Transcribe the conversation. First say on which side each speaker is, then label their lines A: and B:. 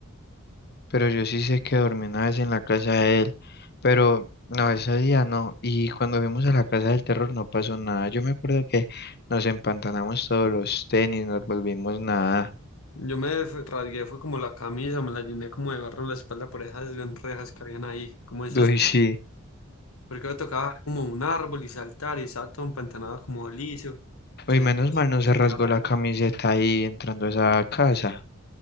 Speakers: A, on the left; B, on the left.
A: pero yo sí sé que dormí una vez en la casa de él, pero no, ese día no, y cuando fuimos a la casa del terror no pasó nada. Yo me acuerdo que nos empantanamos todos los tenis, nos volvimos nada.
B: Yo me f- rasgué, fue como la camisa, me la llené como de barro en la espalda por esas gran rejas que habían ahí. Como esos,
A: <laughs> Uy, sí.
B: porque me tocaba bajar como un árbol y saltar y estaba todo empantanado como liso.
A: Uy,
B: Entonces
A: menos
B: no
A: mal
B: sé,
A: no
B: pues,
A: se
B: salía
A: rasgó
B: re-
A: la camiseta ahí entrando a esa casa.